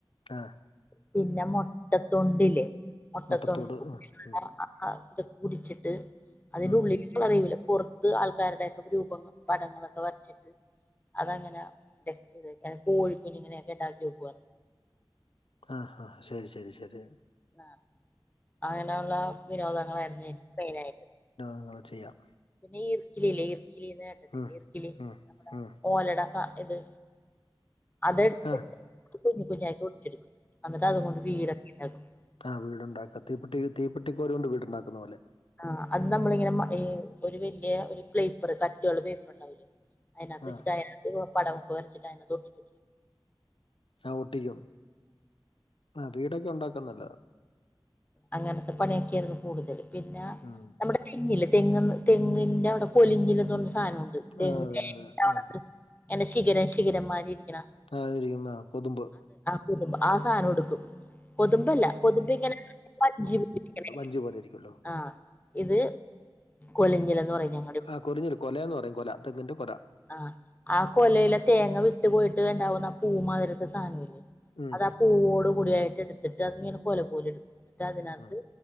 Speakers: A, on the left (about 85°); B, on the left (about 20°).
A: ആഹ്
B: പിന്നെ മൊട്ടത്തൊണ്ടില്ലെ മൊട്ടത്തൊണ്ട്
A: മുട്ടത്തോട്
B: <unintelligible>
A: ഉം ഉം
B: ആ തൊക്കെ കുടിച്ചിട്ട് അതിനുള്ളില്ള്ള
A: ഉം
B: അറിയൂല പുർത്ത് ആൾക്കാര്ടെ രൂപങ്ങ പടങ്ങളൊക്കെ വരച്ചിട്ട് അതങ്ങനെ <unintelligible> കോഴിക്കുഞ്ഞിനൊക്കെ ഉണ്ടാക്കി വെക്കുവാ
A: ആഹ ശരി ശരി ശരി
B: ആ അങ്ങനള്ള വിനോദങ്ങളായ്രുന്നു <inaudible> മെയിനയ്ട്ട
A: അങ്ങനെ ചെയ്യാം
B: ഈ ർക്കിലില്ലേ ഈർക്കിലിന്ന് കേട്ടിട്ടില്ലീർക്കിലി
A: ഉം ഉം
B: നമ്മടെ
A: ഉം
B: ഓലട സഇത് അത്
A: ആഹ്
B: കുഞ്കുഞ്ഞായ്ട്ട് ഒടിചെട്ക്കും അന്ന്ട്ടതും കൊണ്ട് വീടൊക്കെ ഉണ്ടാക്കുണ്ടാവും
A: ആഹ് വീട് ണ്ടാക്ക തീപ്പെട്ടി തീപ്പെട്ടിക്കോലോണ്ട് വീട്ണ്ടാക്കുന്ന പോലെ
B: ആഹ് അത് നമ്മളിങ്ങനെ ഒരു വല്യോരു പ്ലേപ്പർ കട്ടിയുള്ള പേപ്പർ ണ്ടാവൂലേ അയ്നത്ത്
A: ആഹ്
B: വെച്ചിട്ട് ഇഷ്ടയോർക്ക് പടമൊക്കെ വരച്ട്ട് അയ്നത്തൊട്ടിച്ച്
A: ആ ഒട്ടിക്കും ആ വീടൊക്കെ ണ്ടാക്കന്നല്ലത
B: അങ്ങനത്ത പണിയൊക്കെയ്ര്ന്നു കൂടുതല് പിന്ന
A: ഉം
B: നമ്മടെ തെങ്ങില് തെങ്ങങ്ന്ന് തെങ്ങിന്റവടെ കൊലിഞ്ഞില് ന്നർഞൊര് സാനണ്ട്
A: ആ
B: എന്ന
A: അതെ
B: <unintelligible>
A: അതെ ആ
B: <inaudible> തെ ങ്ങനെ ശിഗിരേം ശിഖരമ്മാരിരിക്കണാ
A: ആ തിരിക്ക്ന്ന കൊതമ്പ്
B: കൊതുമ്പ് ആ സാനോ ട്ക്കും കൊ തുമ്പല്ല കൊ തുമമ്പിങ്ങനെ വഞ്ചി പോലിരിക്കണെ
A: ജ്ജ് പോരെരിക്കണ്ടോ
B: ആ ഇത് കൊലിഞ്ഞിലന്ന്പറിം ഞ്ഞ
A: ആഹ് കൊറിഞ്ല് കൊല ന്ന് പറിം കൊല തെങ്ങിന്റെ കൊല
B: ആഹ് ആ കൊലയിലെ തേങ്ങ വിട്ട് പോയിട്ട് ണ്ടാവുന്ന ആ പൂ മാതിര് ത്തെ സാനം ല്ലേ
A: ഉം
B: അതാ പൂവോട് കൂടിയായ്ട്ട് എട്ത്തിട്ട് അതിങ്ങനെ കൊല പോല എട്ക്കും ന്നിട്ടയ്നത്ത്
A: ഉം